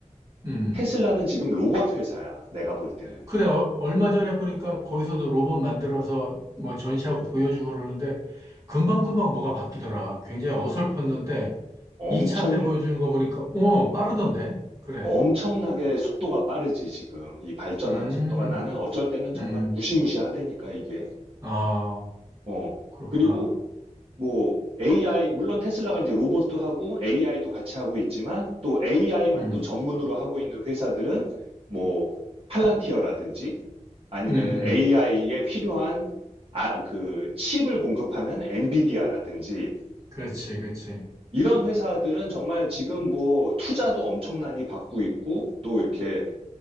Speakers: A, on the right; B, on the right.
A: 음.
B: 테슬라는 지금 로봇 회사야. 내가 볼 때는.
A: 그래, 어- 얼마 전에 보니까 거기서도 로봇 만들어서 뭐 전시하고 보여주고 그러는데 금방금방 뭐가 바뀌더라. 굉장히 어설펐는데
B: 엄청
A: 2차 때 보여주는 거 보니까, 어, 빠르던데? 그래.
B: 엄청나게 속도가 빠르지, 지금. 이 발전하는
A: 음,
B: 속도가. 나는 어쩔 때는
A: 음,
B: 정말 무시무시하다니까, 이게.
A: 아,
B: 어.
A: 그렇구나.
B: 그리고 뭐 AI, 물론 테슬라가 이제 로봇도 하고 AI도 같이 하고 있지만 또 AI만
A: 음,
B: 또 전문으로 하고 있는 회사들은 뭐 팔란티어라든지 아니면은
A: 음, 음.
B: AI에 필요한 아, 그 칩을 공급하는 엔비디아라든지
A: 그렇지, 그렇지.
B: 이런 회사들은 정말 지금 뭐 투자도 엄청나게 받고 있고 또 이렇게